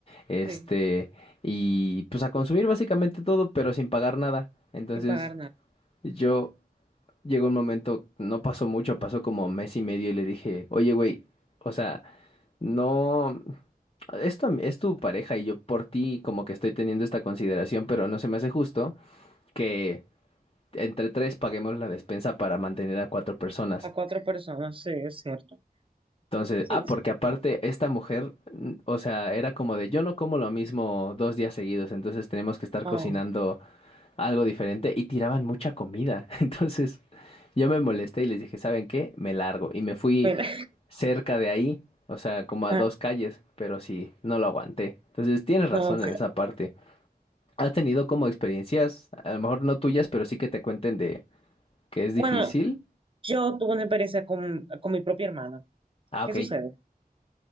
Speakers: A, on the left; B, on the right.
A: este,
B: sí,
A: y pues a consumir básicamente todo, pero sin pagar nada. Entonces,
B: sin pagar nada.
A: yo Llegó un momento, no pasó mucho, pasó como mes y medio y le dije, oye, güey, o sea, no, esto es tu es tu pareja y yo por ti como que estoy teniendo esta consideración, pero no se me hace justo que entre tres paguemos la despensa para mantener a cuatro personas.
B: A cuatro personas, sí, es cierto.
A: Entonces,
B: Sí,
A: ah, porque
B: sí.
A: aparte esta mujer, mm, o sea, era como de yo no como lo mismo dos días seguidos, entonces tenemos que estar
B: Oh,
A: cocinando algo diferente y tiraban mucha comida. <laughs> Entonces yo me molesté y les dije, ¿saben qué? Me largo. Y me fui
B: mira,
A: cerca de ahí, o sea, como a
B: <laughs> ajá,
A: dos calles, pero sí, no lo aguanté. Entonces tienes
B: No,
A: razón
B: ok.
A: en esa parte. ¿Has tenido como experiencias, a lo mejor no tuyas, pero sí que te cuenten de que es
B: Bueno,
A: difícil?
B: yo tuve una experiencia con, con mi propia hermana.
A: Ah,
B: ¿Qué
A: ok,
B: sucede?